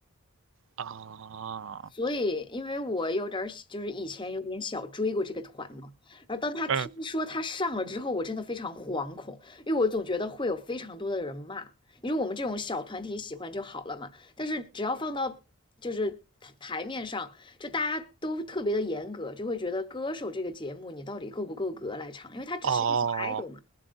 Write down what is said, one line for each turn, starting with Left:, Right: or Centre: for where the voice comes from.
Right: 啊，
Left: 所以，因为我有点儿就是以前有点小追过这个团嘛，然后当他听说他上了之后，
Right: 嗯，
Left: 我真的非常惶恐，因为我总觉得会有非常多的人骂。你说我们这种小团体喜欢就好了嘛，但是只要放到就是台台面上，就大家都特别的严格，就会觉得歌手这个节目你到底够不够格来唱，因为他只是一个小
Right: 哦，
Left: idol 嘛，